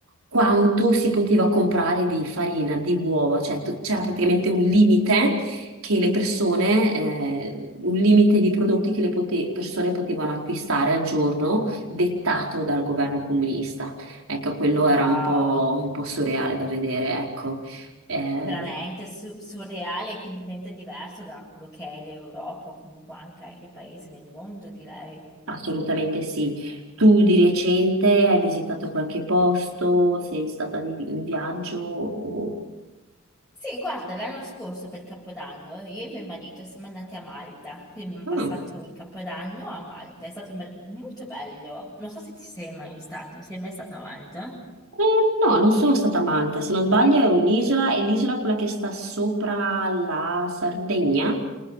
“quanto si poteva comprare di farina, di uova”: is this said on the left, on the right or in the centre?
Right